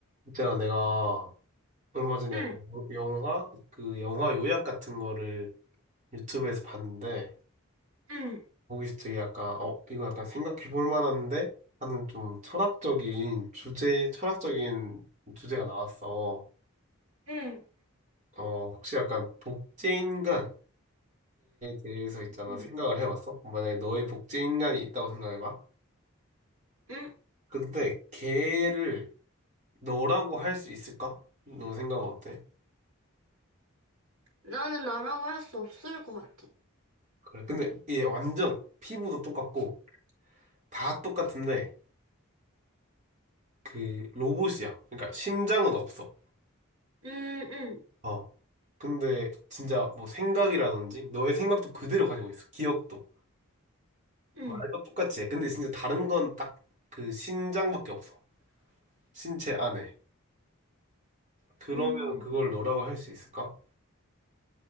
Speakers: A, on the right; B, on the right.
A: 있잖아, 내가 얼마 전에
B: 응,
A: 약간 여- 영화, 그 영화 요약 같은 거를 유튜브에서 봤는데,
B: 응,
A: 거기서 되게 약간, 어, 이거 약간 생각해 볼 만한데? 하는 좀 철학적인 주제, 철학적인 주제가 나왔어.
B: 응,
A: 어, 혹시 약간 복제인간에 대해서 있잖아,
B: 응,
A: 생각을 해봤어? 만약에 너의 복제인간이 있다고 생각해봐.
B: 응.
A: 근데 걔를 너라고 할 수 있을까? 너 생각은 어때?
B: 나는 나라고 할 수 없을 것 같아.
A: 그래. 근데 얘 완전 피부도 똑같고, 다 똑같은데 그 로봇이야. 그러니까 심장은 없어.
B: 응, 응,
A: 어. 근데 진짜 뭐 생각이라든지 너의 생각도 그대로 가지고 있어. 기억도.
B: 응,
A: 말도 똑같이 해. 근데 진짜 다른 건 딱 그 심장밖에 없어. 신체 안에. 그러면
B: 응.
A: 그걸 너라고 할 수 있을까?